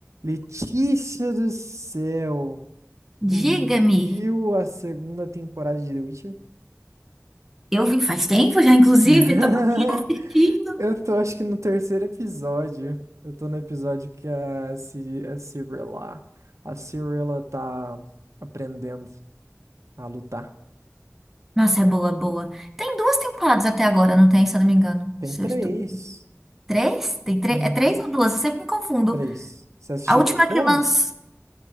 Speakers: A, on the right (about 80°); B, in the centre.
A: Letícia do céu, tu
B: Diga-me,
A: viu a segunda temporada de The Witcher?
B: eu vi faz tempo já, inclusive,
A: <laughs>
B: tô curtindo.
A: Eu tô, acho que no terceiro episódio. Eu tô no episódio que a, Ciri, a Cirilla, a Cirilla tá aprendendo a lutar.
B: Nossa, é boa, boa. Tem duas temporadas até agora, não tem, se eu não me engano.
A: Tem
B: Se
A: três.
B: eu estou... Três? Tem três?
A: Uhum.
B: É três ou duas? Eu sempre me confundo.
A: Três. Você assistiu
B: A última
A: a terceira?
B: que lança.